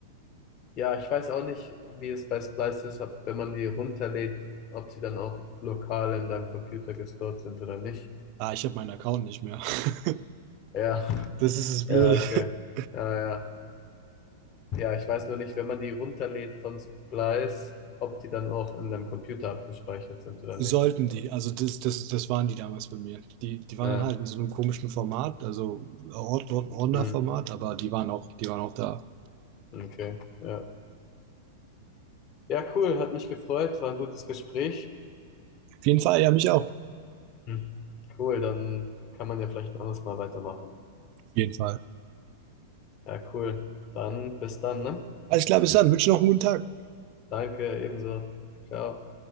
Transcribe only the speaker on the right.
Ah, ich habe meinen Account nicht mehr. <laughs>
Das ist das Blöde.
<laughs>
Sollten
die, also das, das, das waren die damals bei mir. Die, die waren
dann halt in so einem komischen Format, also Ord- Ord- Ordnerformat,
aber die waren auch, die waren auch da.
Auf jeden Fall, ja, mich auch. Auf
jeden Fall.
Alles klar, bis dann. Wünsche noch einen guten Tag.